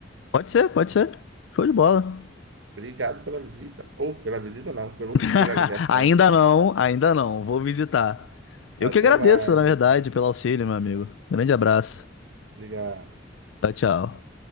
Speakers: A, on the left; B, on the right.
A: Pode ser, pode ser. Show de bola.
B: Obrigado pela visita. Ou pela visita, não, pelo,
A: <laughs>
B: <laughs> pela ligação.
A: Ainda não, ainda não. Vou visitar. Eu
B: Até
A: que agradeço,
B: mais.
A: na verdade,
B: Tchau, tchau.
A: pelo auxílio, meu amigo. Grande abraço.
B: Obrigado.
A: Tchau, tchau.